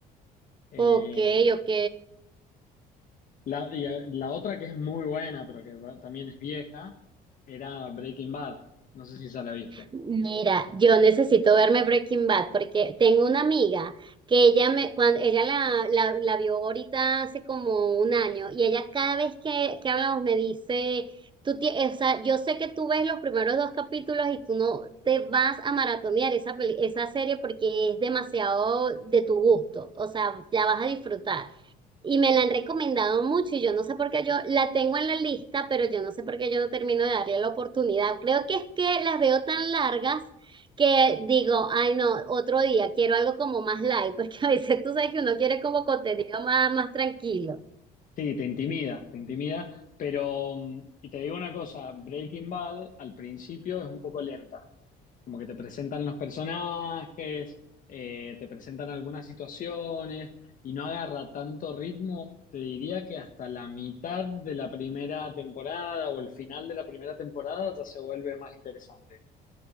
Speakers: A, on the left; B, on the right.
A: Eh,
B: Ok, ok.
A: la, y a- la otra que es muy buena, pero que ta- también es vieja, era Breaking Bad. No sé si ya la viste.
B: Mira, yo necesito verme Breaking Bad porque tengo una amiga que ella me, cuando ella la, la, la vio ahorita hace como un año y ella cada vez que, que hablamos me dice, tú ti- o sea, yo sé que tú ves los primeros dos capítulos y tú no te vas a maratonear esa peli- esa serie porque es demasiado de tu gusto, o sea, la vas a disfrutar. Y me la han recomendado mucho y yo no sé por qué yo la tengo en la lista, pero yo no sé por qué yo no termino de darle la oportunidad. Creo que es que las veo tan largas que digo, ay no, otro día quiero algo como más light, porque <laughs> a veces tú sabes que uno quiere como contenido más, más tranquilo.
A: Sí, te intimida, te intimida, pero, mm, y te digo una cosa, Breaking Bad al principio es un poco lenta, como que te presentan los personajes, eh, te presentan algunas situaciones y no agarra tanto ritmo, te diría que hasta la mitad de la primera temporada o el final de la primera temporada ya se vuelve más interesante.